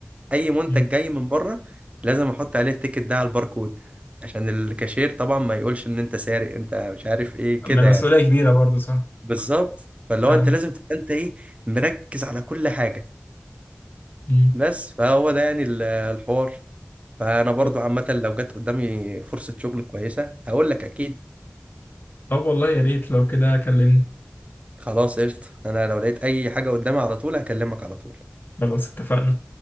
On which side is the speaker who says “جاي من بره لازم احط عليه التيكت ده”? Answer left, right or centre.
Right